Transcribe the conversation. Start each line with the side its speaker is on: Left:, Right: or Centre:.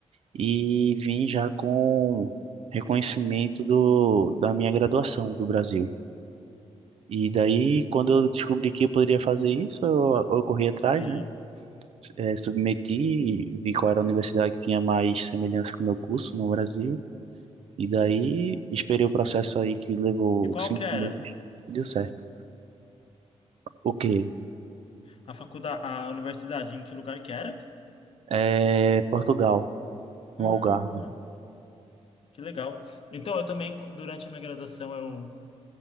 Right: e vim já com reconhecimento do, da minha graduação do Brasil. E daí, quando eu descobri que eu poderia fazer isso, eu, eu corri atrás,
Left: sim.
Right: né? eh, submeti, vi qual era a universidade que tinha mais semelhança com o meu curso no Brasil, e daí esperei o processo aí que levou
Left: E qual
Right: cinco
Left: que era?
Right: meses e deu certo. O quê?
Left: A faculdade, a universidade, em que lugar que era?
Right: É, Portugal, no
Left: Ah,
Right: Algarve.
Left: que legal. Então, eu também, durante a minha graduação, eu